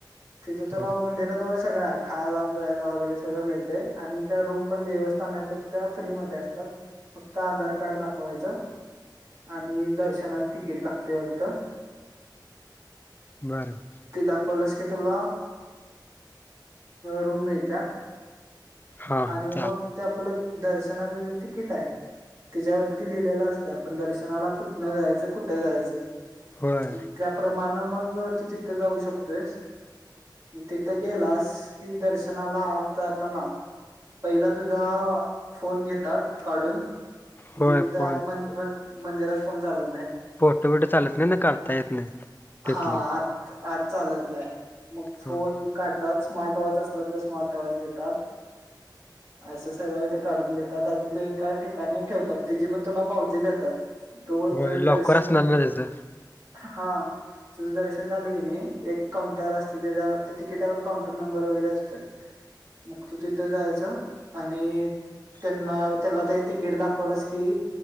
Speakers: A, on the right; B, on the left.
A: तिथ तुला
B: बर
A: मंदिराजवळचं सगळं आहे खायला प्यायला वगैरे सगळं मिळते आणि त्या रूम पण देवस्थानाच्या त्या फ्री मध्ये असतात. फक्त आधार कार्ड दाखवायचं. आणि दर्शनास तिकीट लागते वाटतं.
B: बरं बरं
A: ते दाखवलंस तुला रूम मिळत्या.
B: हा
A: आणि
B: हा चाल
A: मग ते आपलं दर्शनाच जे तिकीट आहे. त्याच्यावरती लिहिलेलं असत आपण दर्शनाला कुठनं जायचं कुठं जायचं.
B: होय
A: त्याप्रमाणे मग तू तिथं जाऊ शकतोयसं. तिथं गेलास की दर्शनाला आत जाताना. पहिला तुझा फोन घेतात काढून. म्हणजे
B: होय
A: तिथं
B: फोन
A: आत मध्ये मंदिरात फोन चालतं
B: फोटो बिटो चालत नाही ना कढता येत नाहीत तिथले.
A: हा आत आत चालत नाही मग फोन
B: होय
A: काढतात स्मार्ट वॉच असलं तर स्मार्ट वॉच घेतात. असं सगळं ते काढून घेतात आणि ते एका ठिकाणी ठेवतात तेची पण तुला पावती देतात. तोच
B: होय
A: ज
B: लॉकर
A: दर्शन.
B: असणार ना त्याचं
A: हा तुझं दर्शन झालं की नाही एक काउंट- असत्या त्या तिकीटवर काउंटर नंबर वगैरे असतं. मग तू तिथे जायचं आणि- त्यांना त्याला ते तिकीट दाखवलंस की.